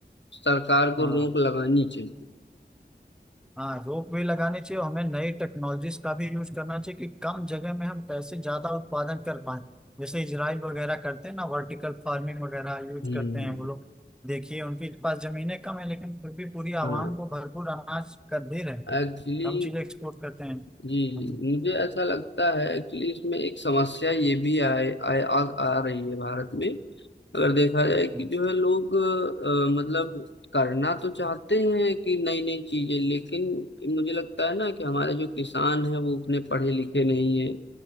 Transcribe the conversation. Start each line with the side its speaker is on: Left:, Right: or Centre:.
Left: सरकार को
Centre: हाँ
Left: रोक लगानी चाहिए
Centre: हाँ रोप वे लगाने चाहिए और हमें नई टेक्नोलॉजीज का भी यूज करना चाहिए कि कम जगह में हम कैसे ज्यादा उत्पादन कर पाए जैसे इजराइल वगैरह करते हैं ना वर्टिकल फार्मिंग वगैरह यूज
Left: हम्म
Centre: करते हैं वो लोग देखिए उनके पास जमीनें कम है लेकिन फिर भी पूरी
Left: हाँ
Centre: आवाम को भरपूर अनाज कर दे रहे हैं
Left: एक्चुअली
Centre: कम चीजें एक्सपोर्ट करते हैं हम्म,
Left: जी जी मुझे ऐसा लगता है एक्चुअली इसमें एक समस्या ये भी आए, आए आ, आ रही है भारत में अगर देखा जाए कि
Centre: हम्म,
Left: जो है लोग अ, मतलब करना तो चाहते हैं कि नई नई चीजें लेकिन मुझे लगता है ना कि हमारे जो किसान हैं वो उतने पढ़े लिखे नहीं है